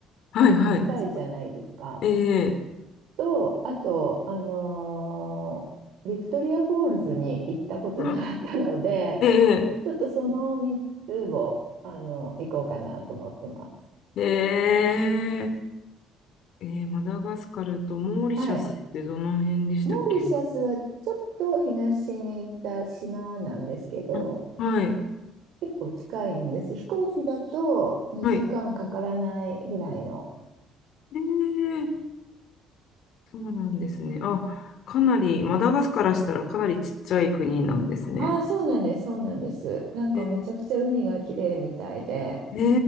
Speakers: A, on the left; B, on the right.
A: はい、はい。
B: 近いじゃないですか。
A: ええ、
B: と、あと、あのービクトリア・フォールズに行ったことなかったので、
A: あええ、
B: ちょっとその3つを、あの、行こうかなと思ってます。
A: ええ、ええ、マダガスカルとモーリシャスってどの辺でしたっけ
B: はい。モーリシャスはちょっと東に行った島なんですけど、
A: あはい、
B: 結構近いんです。飛行機だと2時間かからないぐらいの。
A: はい。ええ、そうなんですね。あ、かなり、マダガスからしたらかなりちっちゃい国なんですね。
B: ああ、そうなんです、そうなんです。なんかめちゃくちゃ海が綺麗みたいで、
A: ええ、え